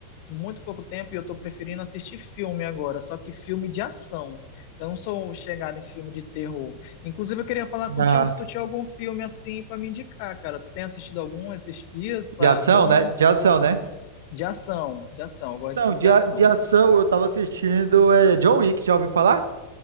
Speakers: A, on the left; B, on the right.
A: muito pouco tempo e eu tô preferindo assistir filme agora, só que filme de ação. Eu não sou chegado em filme de terror. Inclusive, eu queria falar contigo
B: Ah,
A: se tu tinha algum filme assim pra me indicar, cara. Tem assistido algum esses dias para
B: de ação,
A: bom
B: né? De ação, né?
A: de ação, de ação. Eu gosto
B: Não,
A: de filme
B: de,
A: de ação,
B: a- de ação
A: cara.
B: eu tava assistindo é, John Wick, já ouviu falar?